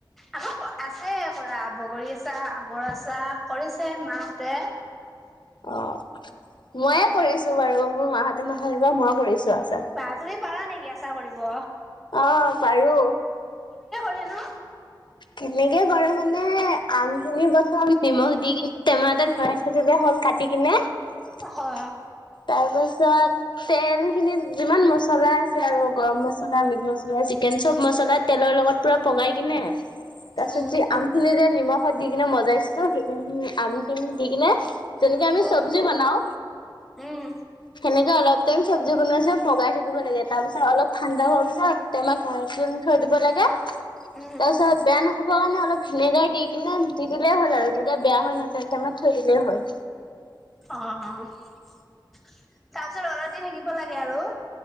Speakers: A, in the centre; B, on the left.
A: আমাৰ আছে কৰা বগৰী আছাৰ, আমৰ আছাৰ কৰিছে মা হঁতে।
B: অ', ময়ে কৰিছো বাৰু মোৰ মাহতে নহয় এইবাৰ মই কৰিছো। আচাৰ।
A: বাহ তুমি পাৰা নিকি? আচাৰ কৰিব।
B: অ', পাৰো।
A: কেনো
B: কেনেকে কৰে মানে, আমখিনি প্ৰথম নিমখ দি কিনে টেমা এটাত ভৰাই থৈ দিলে হ'ল কাটি কিনে। তাৰপাছত
A: হয়
B: তেল খিনিত যিমান মছলা আছে আৰু গৰম মছলা, মিট মছলা, চিকেন চব মছলা তেলৰ লগত পুৰা পগাই কিনে তাৰ পিছত
A: উম
B: যি আমখিনি যে নিমখ ত, দি কিনে মজাইছিলো সেইখিনি আম খিনি দি কিনে যেনেকে আমি
A: উম
B: চব্জি বনাও
A: উম
B: সেনেকে অলপ টাইম চব্জি বনোৱা নিচিনাকে পগাই থাকিব লাগে। তাৰ পিছত অলপ ঠাণ্ডা হোৱাৰ পিছত টেমাত ভৰাই থৈ দিব লাগে।
A: উম
B: তাৰপিছত বেয়া নহ'বৰ কাৰণে অলপ ভিনেগাৰ দি কিনে দি দিলেই হ'ল আৰু তেতিয়া বেয়া হৈ নাযায় টেমাত থৈ দিলেই হ'ল।
A: অ'। তাৰ পিছত ৰ'দত দি থাকিব লাগে আৰু।